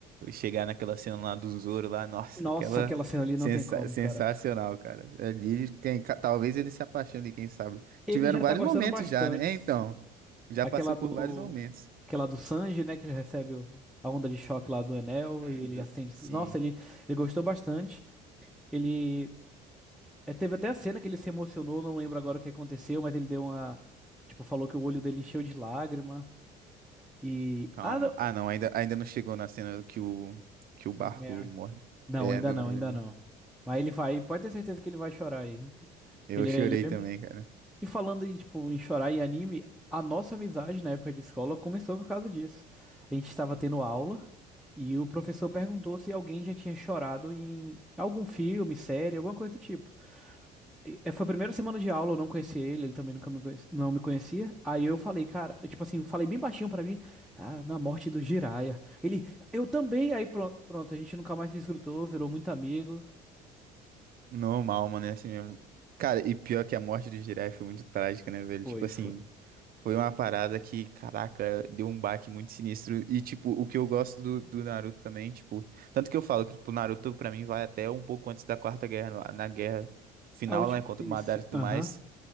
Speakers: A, on the right; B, in the centre.
A: Chegar naquela cena lá do Zoro lá, nossa,
B: Nossa,
A: aquela
B: aquela cena ali
A: sensa-
B: não tem como,
A: sensacional,
B: cara.
A: cara. Ali, quem... ca- talvez ele se apaixone, quem sabe?
B: Ele
A: Tiveram
B: já
A: vários
B: tá gostando
A: momentos
B: bastante.
A: já, né? É, então,
B: sim.
A: já
B: Aquela
A: passou por
B: do.
A: vários momentos.
B: Aquela do Sanji, né? Que ele recebe o- a onda de choque lá do Enel e ele
A: Do-
B: acende.
A: Sim,
B: Nossa, ele, ele gostou bastante. Ele. é, teve até a cena que ele se emocionou, não lembro agora o que aconteceu, mas ele deu uma. Tipo, falou que o olho dele encheu de lágrima. E.
A: calma.
B: Ah, não.
A: Ah, não, ainda, ainda não chegou na cena que o, que o barco
B: Do Mary.
A: morre.
B: Não,
A: É,
B: ainda
A: do
B: não,
A: Merry,
B: ainda
A: não.
B: não. Mas ele vai, pode ter certeza que ele vai chorar aí. Porque
A: Eu
B: ele,
A: chorei
B: é- ele é
A: também,
B: bem.
A: cara.
B: E falando em, tipo, em chorar em anime, a nossa amizade na época de escola começou por causa disso. A gente estava tendo aula e o professor perguntou se alguém já tinha chorado em algum filme, série, alguma coisa do tipo. E- eh, foi a primeira semana de aula, eu não conhecia ele, ele também nunca me conhece- não me conhecia. Aí eu falei, cara, eu, tipo assim, falei bem baixinho pra mim, ah, na morte do Jiraiya. Ele, eu também. Aí pronto, pronto, a gente nunca mais se escrutou, virou muito amigo.
A: Normal, mano, é assim mesmo. Cara, e pior que a morte do Jiraiya foi muito trágica, né, velho?
B: Foi,
A: Tipo assim,
B: foi.
A: foi uma parada que, caraca, deu um baque muito sinistro. E, tipo, o que eu gosto do, do Naruto também, tipo, tanto que eu falo que, tipo, o Naruto, pra mim, vai até um pouco antes da Quarta Guerra, lá- na guerra final,
B: A última,
A: lá, contra
B: isso.
A: o Madara e tudo
B: Aham.
A: mais.